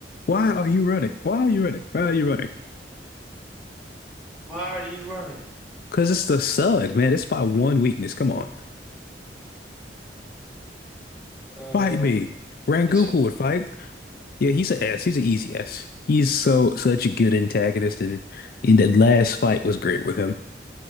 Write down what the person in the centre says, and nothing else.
Why are you running?
Uh,
this is like